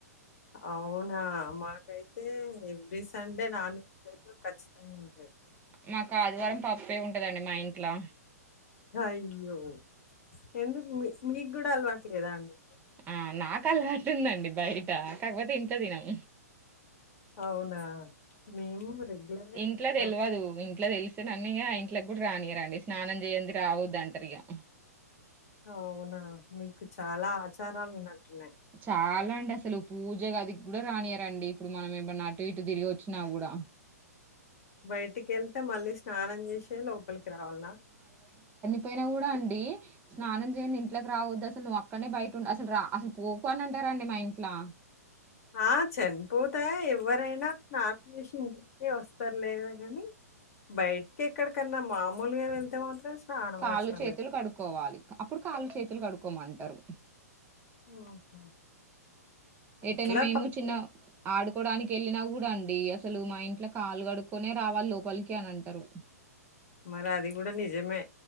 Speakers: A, on the left (about 60°); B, on the right (about 20°).
A: అవునా మాకైతే ఎవ్రీ సండే నాన్ వెజ్ అయితే ఖచ్చితంగా ఉంటుది
B: మాకు ఆదివారం పప్పె ఉంటదండి మా ఇంట్లో
A: అయ్యో ఎందుకు మీ మీకు కూడా అలవాట్లేదా అండి
B: ఆ నాకు అలవాటుందండి బయట కాకపోతే ఇంట్లో తినం
A: అవునా మేము రెగ్యులర్‌గా
B: ఇంట్లో
A: తినే
B: తెలివదు
A: వాళ్ళం.
B: ఇం ఇంట్లో తెలిస్తే నన్ను ఇగ ఇంట్లోకి కూడా రానియారండి స్నానం చేయ్యంది రావదు అంటారు ఇగా
A: అవునా మీకు చాలా ఆచారాలు ఉన్నట్టున్నాయి
B: చాలా అండి అసలు పూజగది కి కూడా రానియారండి ఇప్పుడు మనం ఏమన్నాటు ఇటు తిరిగి వచ్చిన కూడా
A: బయటికి వెళ్తే మళ్ళీ స్నానం చేసి చ్ లోపలికి రావాలా
B: పోయినా కూడా అండి స్నానం చేసి ఇంట్లోకి రావద్దు అసలు నువ్వు అక్కడనే బయట ఉండు అసలు రా అసలు పోకు అని అంటారండి మా ఇంట్లో
A: ఆ చనిపోతే ఎవ్వరైనా స్నానం చేసి ఇంటికి వస్తారులే కాని బయటికి ఎక్కడికన్నా మామూలుగా వెళ్తే మాత్రం స్నానం
B: కాళ్ళు,
A: అవసరం
B: చేతులు
A: లేదు.
B: కడుక్కోవాలి అప్పుడు కాళ్ళు చేతులు కడుక్కోమంటారు
A: ఆహా
B: ఎటైనా
A: అట్లా
B: మేము
A: పక్క
B: చిన్న ఆడుకోడానికి వెళ్ళిన కూడా అండి డి అసలు మా ఇంట్లో కాలు కడుక్కొనే రావాలి లోపలికి అని అంటారు
A: మరి అది కూడా నిజమే